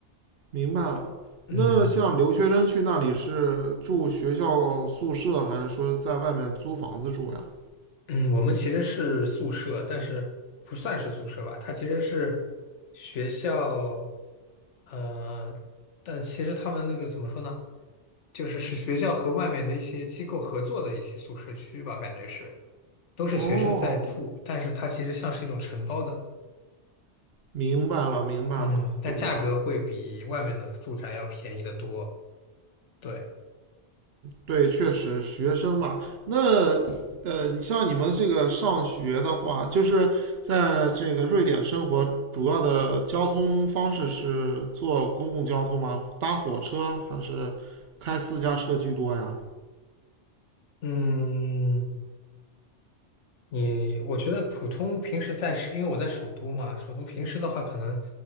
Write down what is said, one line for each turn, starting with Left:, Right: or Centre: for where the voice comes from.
Right: 明白了。
Left: 嗯。
Right: 那像留学生去那里是住学校宿舍，还是说在外面租房子住呀？
Left: 嗯，我们其实是宿舍，但是不算是宿舍吧，它其实是学校，呃，但其实他们那个怎么说呢，就是是学校和外面的一些机构合作的一些宿舍区吧，感觉是都是学生在住，
Right: 哦，
Left: 但是它其实像是一种承包的，
Right: 明白了，明白了，
Left: 嗯，但价格会比外面的住宅要便宜得多，
Right: 懂了。
Left: 对，
Right: 对，确实，学生嘛，那呃，你像你们这个上学的话，就是在这个瑞典生活，主要的交通方式是坐公共交通吗？搭火车还是开私家车居多呀？
Left: 嗯。你，我觉得普通平时在首，因为我在首都嘛，首都平时的话可能